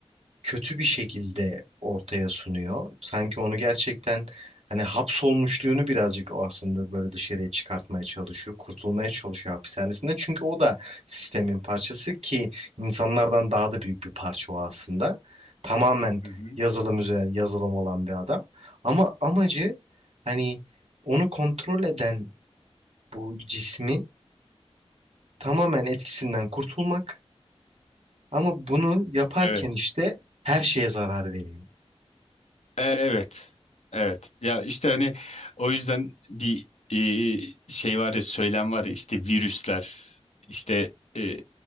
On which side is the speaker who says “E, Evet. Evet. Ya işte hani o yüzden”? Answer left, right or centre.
Left